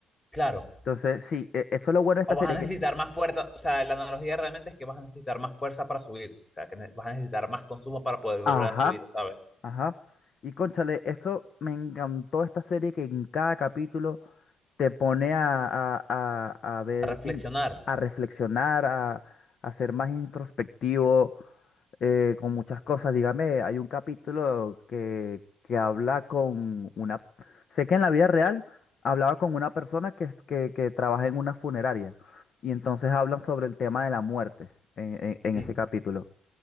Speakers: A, on the left (about 15°); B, on the left (about 55°).
A: Claro,
B: Entonces, sí, e- eso es lo bueno de esta
A: o vas
B: serie,
A: a necesitar
B: que,
A: más fuerza, o sea, la analogía realmente es que vas a necesitar más fuerza para subir, o sea, que ne- vas a necesitar más consumo para poder volver
B: ajá.
A: a subir, ¿sabes?
B: Ajá. Y cónchale, eso me encantó esta serie que en cada capítulo te pone a, a- a- a ver,
A: A reflexionar.
B: in- a reflexionar, a, a ser más introspectivo eh, con muchas cosas. Dígame, hay un capítulo que, que habla con una... Sé que en la vida real hablaba con una persona que, que, que trabaja en una funeraria y entonces hablan sobre el tema de la muerte en en-
A: Sí.
B: en ese capítulo.